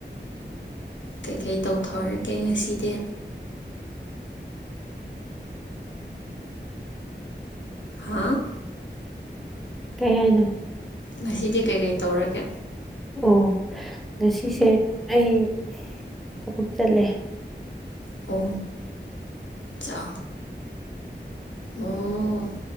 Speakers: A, on the left; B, in the centre.
A: ꯀꯩꯀꯩ ꯇꯧꯊꯣꯔꯛꯒꯦ ꯉꯁꯤꯗꯤ꯫ ꯍꯥꯥ꯫
B: ꯀꯩ ꯍꯥꯏꯅꯣ꯫
A: ꯉꯁꯤꯗꯤ ꯀꯩꯀꯩ ꯇꯧꯔꯒꯦ꯫
B: ꯑꯣ ꯉꯥꯁꯤꯁꯦ ꯑꯩ ꯊꯕꯛ ꯆꯠꯂꯦ꯫
A: ꯑꯣ ꯆꯥ ꯑꯣ꯫